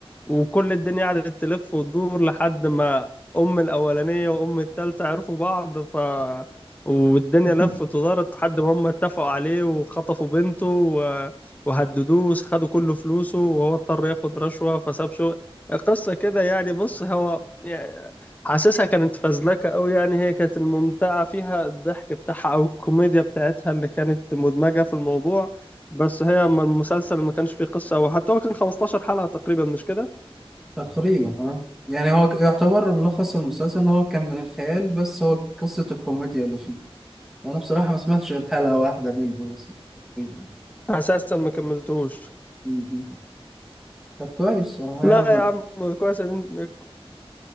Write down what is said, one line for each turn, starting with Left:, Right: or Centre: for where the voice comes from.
Left: وكل الدنيا قعدت تلف وتدور لحد ما أم الأولانية وأم التالتة عرفوا بعض ف والدنيا
Centre: <laughs>
Left: لفت ودارت لحد ما هم اتفقوا عليه وخطفوا بنته و... وهددوه خدوا كل فلوسه وهو اضطر ياخد رشوة فساب شغل قصة كده يعني بص هو يعني حاسسها كانت فزلكة أوي يعني هي كانت الممتعة فيها الضحك بتاعها أو الكوميديا بتاعتها اللي كانت مدمجة في الموضوع بس هي ما- المسلسل ما كانش فيه قصة أو حتى هو كان 15 حلقة تقريبا مش كده
Centre: تقريبا اه يعني هو يعتبر ملخص المسلسل ان هو كان من الخيال بس هو قصة الكوميديا اللي فيه انا بصراحة ما سمعتش غير حلقة واحدة منه مثلا تقريباً.
Left: أساسا ما كملتوش
Centre: مهم. طب كويس هو
Left: لا يا عم كويس إن أنت